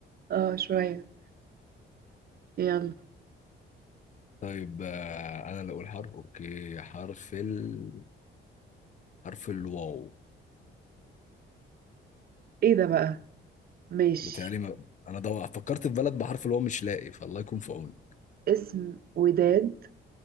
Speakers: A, on the right (about 50°); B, on the left (about 40°).
A: اه شوية يلا
B: <laughs> طيب آه، انا اللي اقول حرف اوكي حرف ال حرف الواو
A: ايه ده بقى؟ ماشي
B: بتهيألي ما... انا دو... فكرت في بلد بحرف الواو مش لاقي فالله يكون في عوني
A: اسم وداد